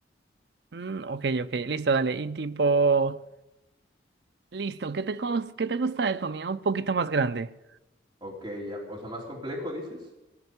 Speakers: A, on the right; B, on the right.
A: Mm, ok, ok, listo, dale. Y tipo, listo, ¿qué te, cos- qué te gusta de comida un poquito más grande?
B: Ok, ya, o sea, más complejo, dices.